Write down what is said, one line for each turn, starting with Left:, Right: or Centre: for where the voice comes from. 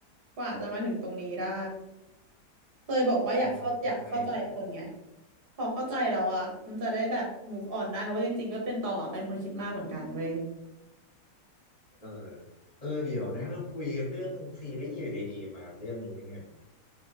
Right: กว่าจะมาถึงตรงนี้ได้เลยบอกว่าอยากเข้าอยากเข้าใจคนไง
Left: เออเข้าใจแหละ
Right: พอเข้าใจแล้วอะมันจะได้แบบ move on ได้เพราะว่าจริงๆก็เป็นตองอะเป็นคนคิดมากเหมือนกันเว้ย
Left: เออเออเดี๋ยวนะเราคุยกันเรื่องซีรีส์อยู่ดีๆมาเรื่องนี้ได้ไงวะ